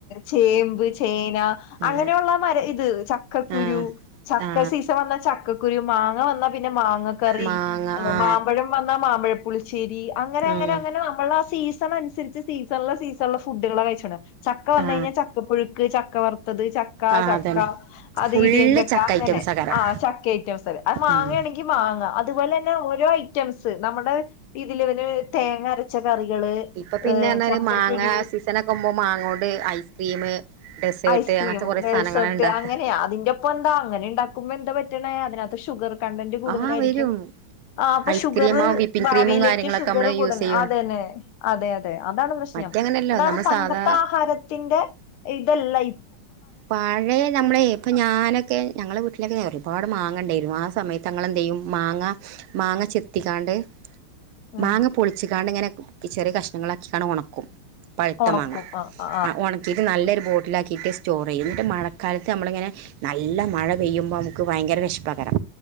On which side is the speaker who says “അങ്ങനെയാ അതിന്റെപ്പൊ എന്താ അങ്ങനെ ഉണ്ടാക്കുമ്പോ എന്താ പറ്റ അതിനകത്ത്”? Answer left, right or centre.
Left